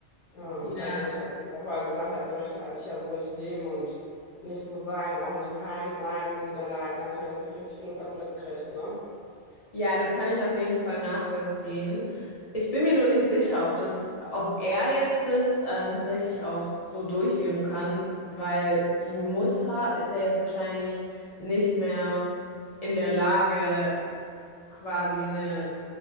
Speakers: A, on the left (about 70°); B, on the left (about 45°).
A: Ähm,
B: Ja.
A: weil die Mutter jetzt vorher gesagt hat, sie möchte eigentlich ja so nicht leben und nicht so sein und auch nicht im Heim sein, wo sie dann da halt gar nicht mehr richtig richtig irgendwas mitkriegt, ne?
B: Ja, das kann ich auf jeden Fall nachvollziehen. Ich bin mir nur nicht sicher, ob das, ob er jetzt das ähm, tatsächlich auch so durchführen kann, weil die Mutter ist ja jetzt wahrscheinlich nicht mehr in der Lage, quasi eine